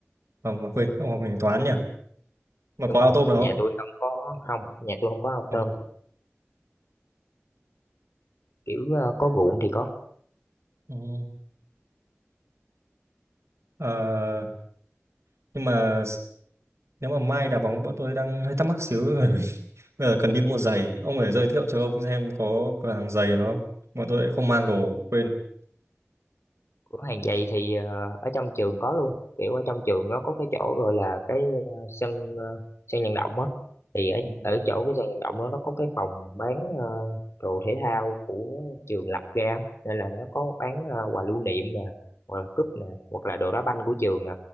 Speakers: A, on the right; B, on the left.
A: ờ, mà quên ông học ngành toán nhỉ mà
B: đúng
A: có ao
B: rồi
A: tôm nào
B: nhà tôi không có không nhà tôi không có ao
A: không
B: tôm kiểu ờ, có
A: không
B: ruộng thì có
A: Ừ. Ờ, nhưng mà s- nếu mà mai đá bóng bọn tôi đang hơi thắc mắc xíu bởi vì <laughs> bây giờ cần đi mua giày ông phải giới thiệu cho ông xem có cửa hàng giày nó không bọn tôi lại không mang đồ quên
B: cửa hàng giày thì ờ, ở trong trường có luôn kiểu ở trong trường nó có cái chỗ rồi là cái ờ, sân ờ, sân vận động á thì ở
A: ừ.
B: ở chỗ cái sân vận động đó nó có cái phòng bán ờ, đồ thể thao của trường lập ra nên là nó có bán ờ, quà lưu niệm nè hoặc là cúp nè hoặc là đồ đá banh của trường nè